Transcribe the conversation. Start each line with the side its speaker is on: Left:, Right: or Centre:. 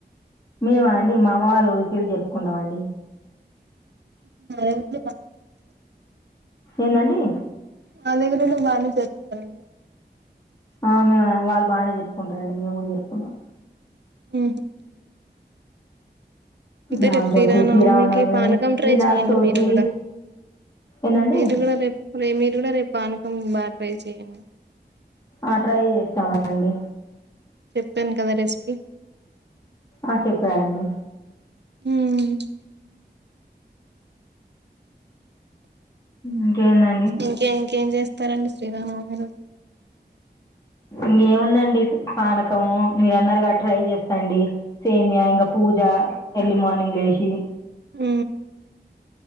Left: మేము అండి మా అమ్మ వాళ్ళ ఊరికెళ్లి జరుపుకుంటామండి
Right: ఎంత
Left: ఏందండి
Right: మా దగ్గర బాగా చెప్తానండి
Left: ఆ మే వాళ్ళు బాగానే జరుపుకుంటారండి మేము కూడా జరుపుకుంటాం
Right: ఆ అంతే
Left: నాగుల
Right: రేప్పరానా
Left: చవితి శ్రీరామనవమి
Right: మీకు పానకం ట్రై
Left: వినాయక
Right: చెయయండి
Left: చవితి
Right: మీరు కూడా
Left: ఏందండి
Right: మీది కూడా రే రే మీరు కూడా రేపు పానకం బాగా ట్రై చేయండి
Left: ఆ ట్రై చేస్తామ అండి
Right: చెప్పాను కదా రెసిపీ
Left: ఆ చెప్పార అండి
Right: ఉహ్
Left: ఇంకేందండి
Right: ఇంకేం ఇంక చేస్త చస్తారంండి శ్రీరామ రోజు
Left: ఇంకేముందండి పానకం మీర అన్నరుగా ట్రై చేస్తాండి సేమియా ఇంక పూజా ఎర్లీ మార్నింగ్ లేసి
Right: అ